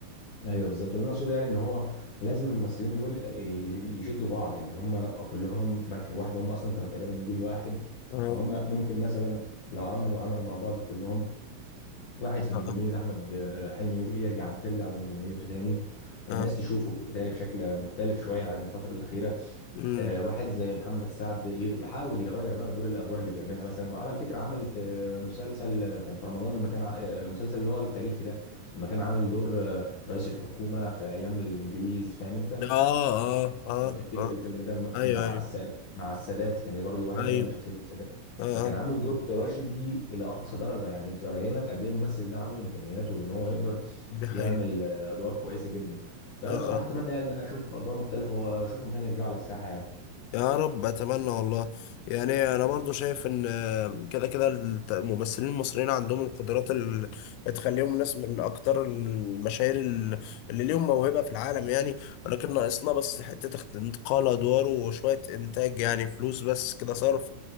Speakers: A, on the left; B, on the left.
A: ايوه بالظبط اللي انا اقصده يعني ان هو لازم الممثلين دول ي- يشدوا بعض يعني هم كلهم في مركب واحده هم اصلا كانوا تقريبا جيل واحد
B: آه.
A: فهم ممكن مثلا لو عملوا عمل مع بعض كلهم واحد في نجوميه
B: اه
A: احمد حلمي ممكن يرجع ترجع لنجوميته تاني
B: اه
A: الناس تشوفه تاني بشكل مختلف شويه عن الفتره الاخيره
B: مم.
A: آه، واحد زي محمد سعد ي- يحاول يغير بقى دور الادوار اللي بيعملها مثلا على فكره عمل في مسلسل كان في رمضان لما كان ع- آه، المسلسل اللي هو التاريخي ده لما كان عامل دور آه، رئيس الحكومه في ايام الانجليز فاهم انت
B: اه اه اه
A: لو تفتكر
B: اه
A: الفيلم ده م-
B: ايوه
A: مع
B: ايوه
A: السال مع السادات كان برضو واحد
B: ايوه
A: قايم بشخصيه السادات
B: اه
A: فكان
B: اه
A: عامل دور تراجيدي الى اقصى درجه يعني تبقى باين لك قد ايه الممثل ده عنده امكانيات وان هو يقدر
B: دي حقيقة
A: يعمل آه، ادوار كويسه جدا فانا
B: اه
A: بصراحه
B: اه
A: اتمنى يعني ان انا اشوفه في ادوار مختلفه واشوفهم تاني يرجعوا على الساحه يعني
B: يا رب اتمنى والله يعني انا برضو شايف ان آه، كده كده الت- الممثلين المصريين عندهم القدرات اللي تخليهم ناس من اكتر المشاهير ال- اللي ليهم موهبة في العالم يعني ولكن ناقصنا بس حتة اخت- انتقال ادوار وشوية انتاج يعني فلوس بس كده صرف